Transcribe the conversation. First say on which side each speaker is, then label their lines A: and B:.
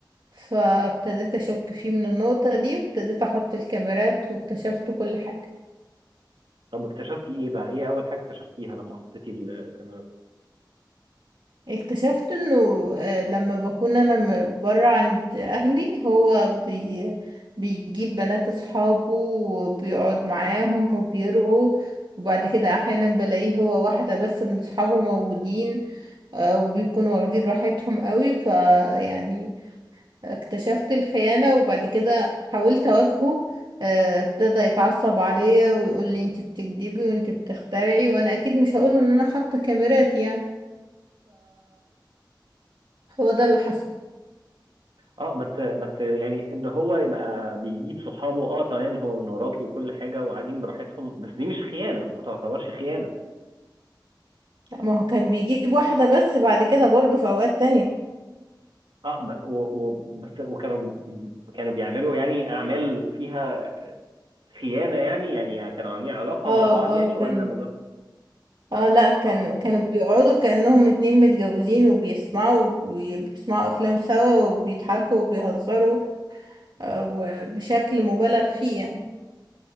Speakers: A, on the right; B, on the right.
A: فابتديت أشك فيه من النقطة دي وابتديت أحط الكاميرات واكتشفت كل حاجة
B: طب اكتشفتي ايه بقى ايه اول حاجة اكتشفتيها لما حطيتي الكاميرات
A: اكتشفت انه آه، لما بكون انا م- برا عند اهلي هو بي بيجيب بنات اصحابه وبيقعد معاهم وبيرقوا وبعد كده احيانا بلاقيه هو واحدة بس من اصحابه موجودين آه، وبيكونوا واخدين راحتهم قوي فيعني اكتشفت الخيانة وبعد كده حاولت اواجهه آه، ابتدى يتعصب عليا ويقول لي انت بتكدبي وانت بتخترعي وانا اكيد مش هقول ان انا حاطة كاميرات يعني هو ده اللي حصل
B: اه بس بس يعني ان هو يبقى بيجيب صحابه اه تمام هو من وراكي وكل حاجة وقاعدين براحتهم بس دي مش خيانة ما تعتبرش خيانة
A: لا ما هو كان بيجيب واحدة بس بعد كده برضه في أوقات تانية
B: اه ب... و... و... بس وكانوا كانوا بيعملوا يعني اعمال فيها خيانه يعني يعني كانوا عاملين علاقه
A: اه
B: مع بعض يعني
A: اه
B: ولا
A: كان
B: مجرد
A: اه لا كان
B: اه
A: كانوا بيقعدوا كأنهم اتنين متجوزين وبيسمعوا وبيسمعوا أفلام سوا وبيضحكوا وبيهزروا آه، وبشكل مبالغ فيه يعني